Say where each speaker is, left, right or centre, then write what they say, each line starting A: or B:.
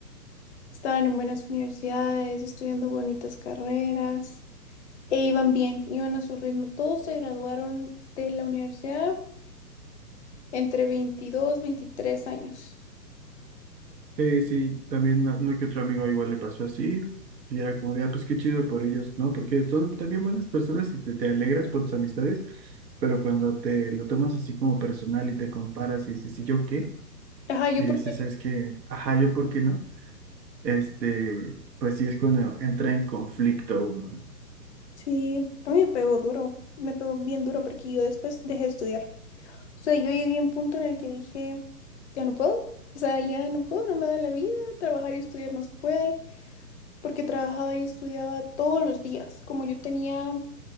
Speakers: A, on the left (about 45°); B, on the right (about 75°).
A: estaban en buenas universidades, estudiando bonitas carreras. E iban bien, iban a su ritmo. Todos se graduaron de la universidad entre 22 23 años.
B: Sí, sí, también uno uno que otro amigo igual le pasó así, y era como de, ah, pues qué chido por ellos, ¿no? Porque son también buenas personas y te, te alegras por tus amistades, pero cuando te lo tomas así como personal y te comparas y dices, ¿y yo qué?
A: Ajá, yo
B: Y
A: porque...
B: dices, es que, ajá, ¿yo por qué no? Este, pues sí es cuando entra en conflicto uno, ¿no?
A: Sí, a mí me pegó duro, me pegó bien duro porque yo después dejé de estudiar. O sea, yo llegué a un punto en el que dije, ya no puedo, o sea, ya no puedo, no me da la vida, trabajar y estudiar no se puede, porque trabajaba y estudiaba todos los días, como yo tenía